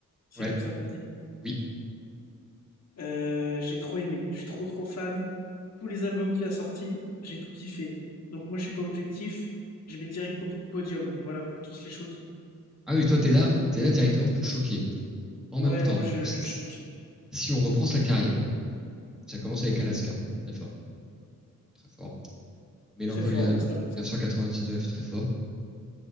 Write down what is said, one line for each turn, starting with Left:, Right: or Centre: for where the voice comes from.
Left: c'est
Centre: Ouais,
Left: comme ça qu'on dit.
Centre: oui.
Left: Euh, j'ai trop aimé, je suis trop trop fan. Tous les albums qu'il a sortis, j'ai tout kiffé. Donc moi, je suis pas objectif, je mets direct po- podium, voilà, pour tous les choquer.
Centre: Ah oui, toi t'es là, t'es là directement pour choquer. En
Left: Ouais,
Centre: même temps,
Left: moi, je,
Centre: <laughs> s-
Left: je choque.
Centre: si on reprend sa carrière, ça commence avec Alaska, très fort, très fort. Mélancolia
Left: Très fort, masterclass.
Centre: 999, très fort.